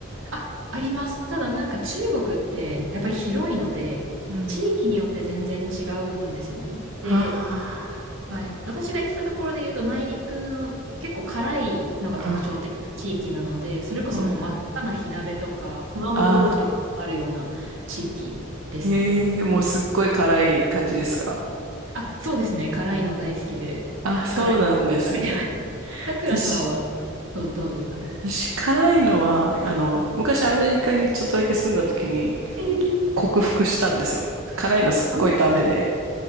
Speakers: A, on the right (about 70°); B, on the right (about 85°).
A: ああります。ただなんか中国ってやっぱり広いので、
B: うん。
A: 地域によって全然違うんですよね。で、
B: あ
A: はい。私が行ってたところで言うと、内陸の結構辛いのが特徴的な地域なので、
B: ーあ、
A: それこそもう真っ赤な火鍋とか、
B: うん。
A: 麻婆豆腐とかあるような地域ですね。
B: あー、ええーもうすっごい辛い感じですか
A: あ、そうですね。辛いの大好きで、
B: あ、そうなんですね。
A: 辛いのばっかり食べてます。<laughs> さくらさんはどう、
B: 私、
A: どうですか
B: 私辛いのは、あの、昔アメリカにちょっとだけ住んだ時に
A: えー、
B: 克服したんですよ。辛いのすっごいダメで。
A: アメ